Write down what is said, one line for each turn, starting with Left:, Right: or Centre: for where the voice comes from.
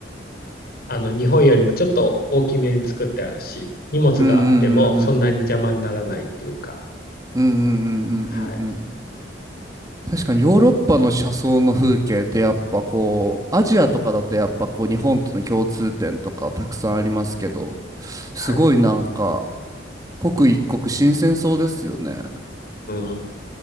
Left: あの、日本よりもちょっと大きめに作ってあるし、荷物があってもそんなに邪魔にならないっていうか、
Right: うんうんうんうんうん。うんうんうんうんうんうん。
Left: はい。
Right: 確かにヨーロッパの車窓の風景ってやっぱこう、
Left: そう。
Right: アジアとかだとやっぱこう日本との共通点とかたくさんありますけど、すごいなんか、
Left: はい。
Right: 刻一刻新鮮そうですよね。
Left: うん。